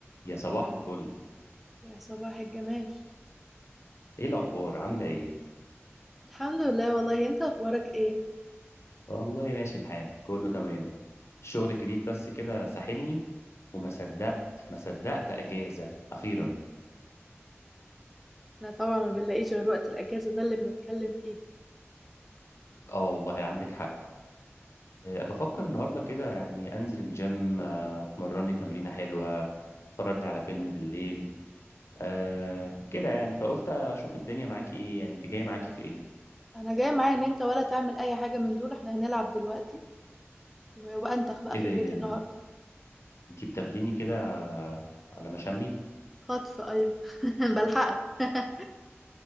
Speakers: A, on the left; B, in the centre.
A: يا صباح الفل
B: يا صباح الجمال
A: ايه الاخبار عامله ايه
B: الحمد لله والله انت اخبارك ايه
A: والله ماشي الحال كله تمام الشغل الجديد بس كده ساحلني وما صدقت ما صدقت اجازه اخيرا
B: انا طبعا ما بنلاقيش غير وقت الاجازه ده اللي بنتكلم فيه
A: اه والله عندك حق أه بفكر النهارده كده يعني انزل الجيم آه، اتمرن لي تمرينه حلوه اتفرج لي على فيلم بالليل أه كده يعني فقلت اشوف الدنيا معاكي ايه يعني انت جايه معاكي في ايه
B: انا جاي معايا ان انت ولا تعمل اي حاجه من دول احنا هنلعب دلوقتي و- وانتخ بقى
A: ايه
B: في
A: ده
B: البيت
A: ايه ده إيه
B: النهارده
A: ده؟ انت بتاخديني كده على مشامي
B: خطف ايوه <laughs> بلحقك <laughs>